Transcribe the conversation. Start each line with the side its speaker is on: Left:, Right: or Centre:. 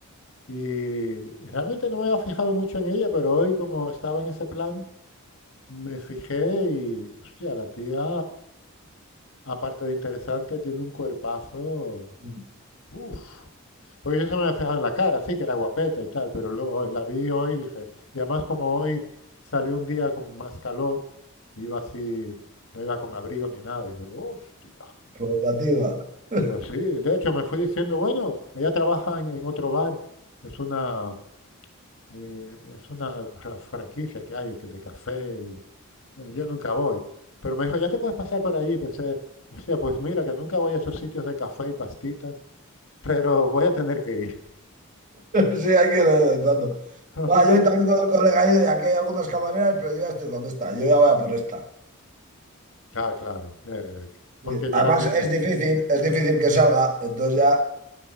Left: Y realmente no me había fijado mucho en ella, pero hoy como estaba en ese plan, Me fijé y, hostia, la tía, aparte de interesante, tiene un cuerpazo.
Right: <laughs>
Left: Uf. Porque yo se me había fijado en la cara, sí, que era guapeta y tal, pero luego la vi hoy y dije, y además como hoy salió un día con más calor, iba así, no iba con abrigo ni nada, y dije, hostia,
Right: Provocativa. <laughs>
Left: pues sí, de hecho me fui diciendo, bueno, ella trabaja en, en otro bar, es una, eh, es una ra- franquicia que hay que- de café y bueno, yo nunca voy. Pero me dijo, ya te puedes pasar por allí. Pensé, hostia, pues mira que nunca voy a esos sitios de café y pastitas, pero voy a tener que ir.
Right: Sí, hay que ir de vez en cuando.
Left: <laughs> Hombre,
Right: Ah, yo también con el colega he ido y aquí hay algunas camareras, pero yo ya estoy con esta. Yo ya voy a por esta.
Left: ah, claro, eh, porque
Right: Sí.
Left: ya
Right: Además,
Left: la tienes.
Right: es difícil, es difícil que salga. Entonces ya,